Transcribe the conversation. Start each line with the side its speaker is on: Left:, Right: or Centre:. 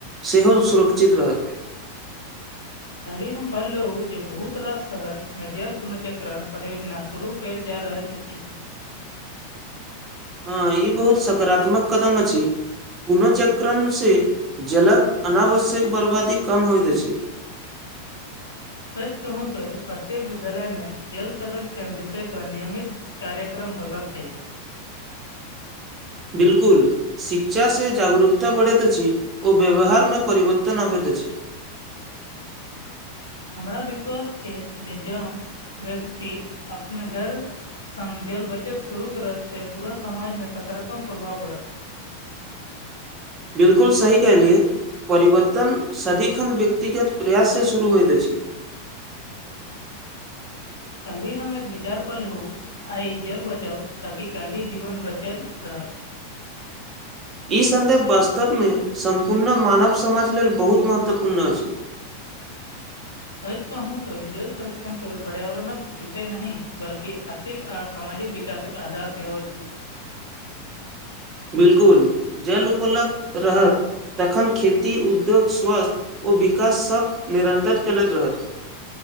Right: सेहो सुरक्षित रहत
Left: काहली पढ़लहु जे बहुत रास शहर मे जल पुनर्चक्रण परियोजना शुरू कयल जा रहल अछि
Right: हँ ई बहुत सकारात्मक कदम अछि पुनःचक्रणसँ जलके अनावश्यक बर्बादी कम होइत छै
Left: सच कहू तो प्रत्येक विद्यालय में जल संरक्षण विषय पर नियमित कार्यक्रम होबाक छै
Right: बिलकुल शिक्षा से जागरूकता बढ़ैत अछि ओ व्यवहारमे परिवर्तन आबैत अछि
Left: हमरा विश्वास छै जे जो व्यक्ति अपना घर सङ्ग जल बचत शुरू करत तऽ पूरा समाजमे सकारात्मक प्रभाव पड़त
Right: बिलकुल सही कल परिवर्तन सदिखन व्यक्तिगत प्रयाससँ शुरू होइत अछि
Left: काल ही हम एक विचार पढलु आ जल बचाउ ताकि काल्हि ही जीवन बचल रहत
Right: ई सन्देभ वास्तवमे सम्पूर्ण मानव समाज लेल बहुत महत्वपूर्ण अछि
Left: सच कहू त जल संरक्षण केवल पर्यावरणक विषय नहि बल्ि आथिक आ सामाजिक विकासक आधार सेहो अछि
Right: बिलकुल जल उपलब्ध रहत तखन खेती उद्योग स्वास्थ्य ओ विकाससभ निरन्तर चलैत रहत